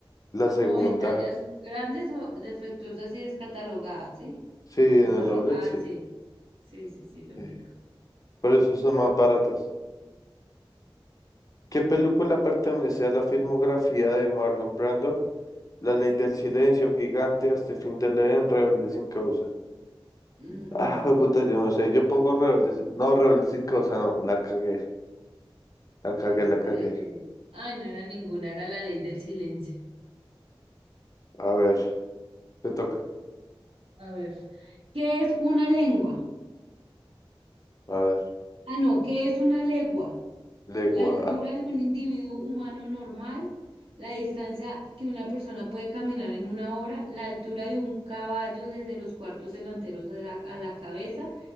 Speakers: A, on the left (about 40°); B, on the right (about 90°).
A: La
B: como
A: segunda.
B: de tallas grandes o defectuosas y descatalogadas, ¿sí?
A: Sí, en
B: Vamos
A: el
B: a ver.
A: outlet,
B: Ah,
A: sí.
B: sí. Sí, sí, sí, lógico.
A: Sí. Por eso son más baratas. ¿Qué película pertenece a la filmografía de Marlon Brando? La ley del silencio, gigante, hasta el fin de leer, Rebelde sin causa.
B: Mm,
A: Ah, puta, yo no sé. Yo pongo Rebelde sin... No, Rebelde sin causa, no. La cagué. La cagué,
B: A ver,
A: la cagué.
B: la de ley. Ay, no era ninguna, era la ley del silencio.
A: A ver, te toca.
B: A ver. ¿Qué es una lengua?
A: A ver,
B: Ah, no, ¿qué es una legua?
A: legua.
B: La altura de un individuo humano normal, la distancia que una persona puede caminar en una hora, la altura de un caballo desde los cuartos delanteros de la- a la cabeza,